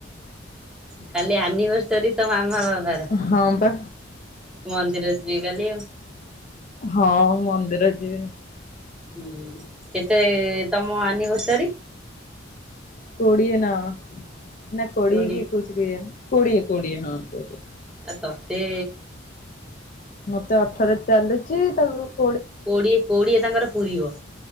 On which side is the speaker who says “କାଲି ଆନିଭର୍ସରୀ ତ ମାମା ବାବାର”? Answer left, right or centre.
Centre